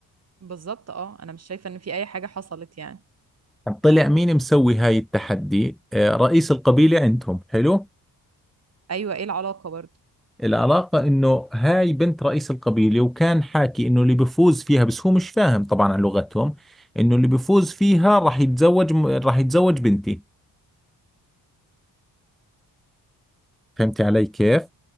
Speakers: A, on the right; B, in the centre.
A: بالظبط آه أنا مش شايفة إن في أي حاجة حصلت يعني
B: طلع مين مسوي هاي التحدي آه، رئيس القبيلة عندهم حلو
A: أيوة إيه العلاقة برضه
B: العلاقة إنه هاي بنت رئيس القبيلة وكان حاكي إنه اللي بفوز فيها بس هو مش فاهم طبعا عن لغتهم إنه اللي بفوز فيها راح يتزوج راح يتزوج بنتي فهمتي علي كيف